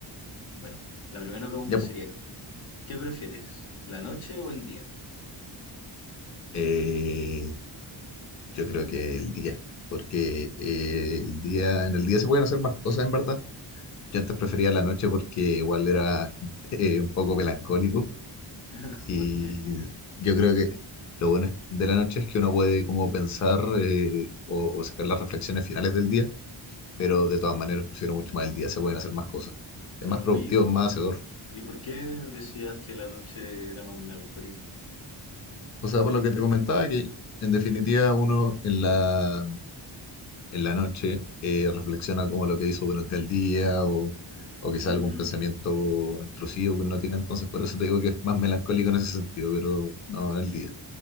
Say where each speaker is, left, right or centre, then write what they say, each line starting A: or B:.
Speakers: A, on the left (about 85°); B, on the left (about 35°).
A: Bueno, la primera pregunta
B: Ya,
A: sería,
B: pues.
A: ¿qué prefieres? ¿La noche o el día?
B: Eh, yo creo que el día. Porque eh, el día, en el día se pueden hacer más cosas, en verdad. Yo antes prefería la noche porque igual era eh, un poco melancólico.
A: <laughs>
B: Y
A: ¿Por qué?
B: yo creo que lo bueno es- de la noche es que uno puede como pensar eh, o, o sacar las reflexiones finales del día. Pero de todas maneras prefiero mucho más el día, se pueden hacer más cosas. Es
A: Claro,
B: más productivo,
A: oye,
B: es más hacedor.
A: ¿y por qué decías que la noche era más melancólica?
B: O sea, por lo que te comentaba, que en definitiva uno en la, en la noche eh, reflexiona como lo que hizo durante el día o, o quizá
A: Mm,
B: algún pensamiento intrusivo que uno tiene, entonces por eso te digo que es más melancólico en ese sentido, pero no en el día.